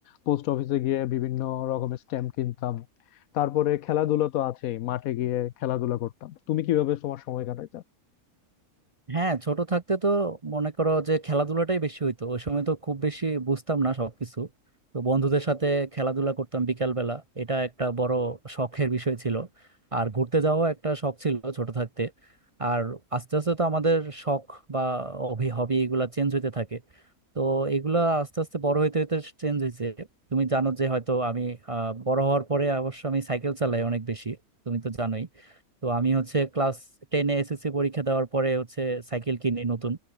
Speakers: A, on the left (about 75°); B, on the right (about 30°).
A: পোস্ট অফিসে গিয়ে বিভিন্ন রকমের স্ট্যাম্প কিনতাম তারপরে খেলাধুলা তো আছেই মাঠে গিয়ে খেলাধুলা করতাম তুমি কিভাবে তোমার সময় কাটাইতে
B: হ্যাঁ ছোট থাকতে তো মনে করো যে খেলাধুলাটাই বেশি হইতো ওই সময় তো খুব বেশি বুঝতাম না সবকিছু তো বন্ধুদের সাথে খেলাধুলা করতাম বিকাল বেলা এটা একটা বড় শখের বিষয় ছিল আর ঘুরতে যাওয়া একটা শখ ছিল ছোট থাকতে আর আস্তে আস্তে তো আমাদের শখ বা হবি হবি এগুলা চেঞ্জ হইতে থাকে তো এগুলা আস্তে আস্তে বড় হইতে হইতে চেঞ্জ হয়েছে তুমি জানো যে হয়তো আমি আহ বড় হওয়ার পরে অবশ্য আমি সাইকেল চালাই অনেক বেশি তুমি তো জানোই তো আমি হচ্ছে ক্লাস টেনে এসএসসি পরীক্ষা দেওয়ার পরে হচ্ছে সাইকেল কিনি নতুন